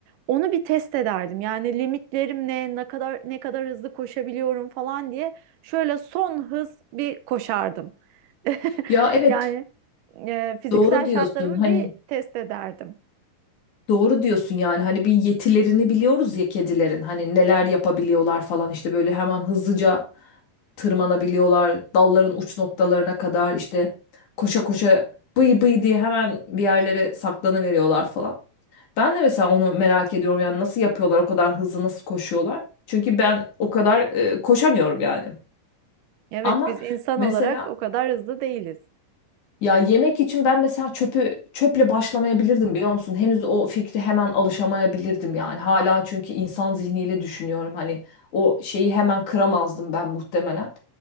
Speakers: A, on the right; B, on the left.
A: Onu bir test ederdim. Yani limitlerim ne, ne kadar ne kadar hızlı koşabiliyorum falan diye şöyle son hız bir koşardım. <laughs>
B: Ya evet
A: Yani e, fiziksel
B: doğru diyorsun.
A: şartlarımı
B: Hani
A: bir test ederdim.
B: Doğru diyorsun yani hani bir yetilerini biliyoruz ya kedilerin hani neler yapabiliyorlar falan işte böyle hemen hızlıca tırmanabiliyorlar dalların uç noktalarına kadar işte koşa koşa bıy bıy diye hemen bir yerlere saklanıveriyorlar falan. Ben de mesela onu merak ediyorum yani nasıl yapıyorlar o kadar hızlı nasıl koşuyorlar? Çünkü ben o kadar e, koşamıyorum yani.
A: Evet,
B: Ama
A: biz insan
B: mesela
A: olarak o kadar hızlı değiliz.
B: ya yemek için ben mesela çöpü çöple başlamayabilirdim biliyor musun? Henüz o fikri hemen alışamayabilirdim yani. Hala çünkü insan zihniyle düşünüyorum. Hani o şeyi hemen kıramazdım ben muhtemelen.